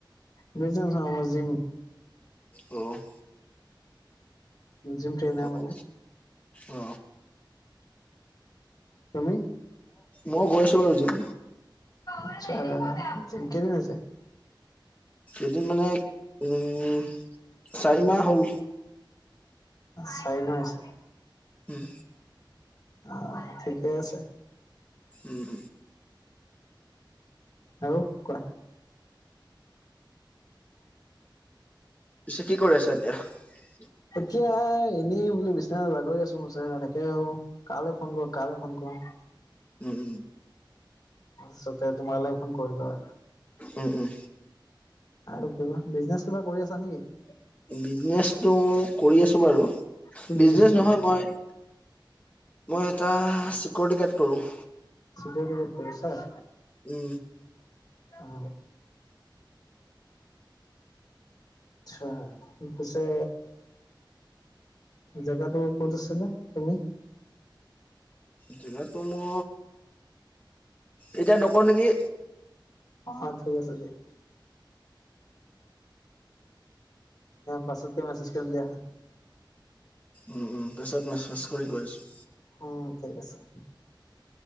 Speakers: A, on the left; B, on the left.
A: বি যহ যিম
B: অ'
A: জিম ট্ৰেইনা
B: অ
A: মানে
B: অ
A: তুমি
B: মই গৈ আছো বাৰু জিম
A: আচ্ছা কেইদিন হৈছে
B: এদিন মানে উম চাৰি মাহ হ'ল
A: চাই নাইছে
B: উম
A: অ ঠিকেই আছে
B: উম
A: আৰু কোৱা
B: পিছে কি কৰি আছা এতিয়া
A: এতিয়া এনেই বোলো বিশ্বনাথ বাগৰি আছো থাকে আহো কালে ফোন কৰো কালে ফোন কৰো
B: উম উম
A: আছলতে তোমালে ফোন কৰিলো আৰু
B: উম উম
A: আৰু কিবা বিজনেচ কিবা কৰি আছা নেকি
B: বিজনেচটো কৰি আছো বাৰু বিজনেচ
A: কি কৰি
B: নহয়
A: আছা
B: মই মই এটা চিকৰিটি গাৰ্ড কৰো
A: চিকিৰিটি গাৰ্ড কৰো ছাৰ
B: উম
A: অ আচ্ছা ত পিছে জেগাটো ক'ত আছিলা তুমি
B: জেগাটো মো এতিয়া নকওঁ নেকি
A: অ ঠিক আছে দিয়া পাছতকে মেছেজ কৰিম দিয়া
B: উম উম পিছত মেচা কৰি কৈ আছো
A: উম ঠিক আছে